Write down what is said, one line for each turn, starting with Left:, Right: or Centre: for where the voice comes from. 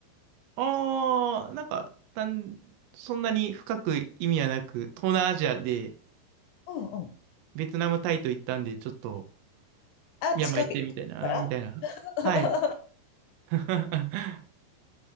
Right: ああ、なんか、たん、そんなに深く意味はなく、東南アジアで
Left: うんうん。
Right: ベトナム、タイと行ったんで、ちょっと、
Left: あ、
Right: ミャンマー行ってみたいな、
Left: 近くから
Right: みたいな。
Left: <laughs>
Right: はい。<laughs>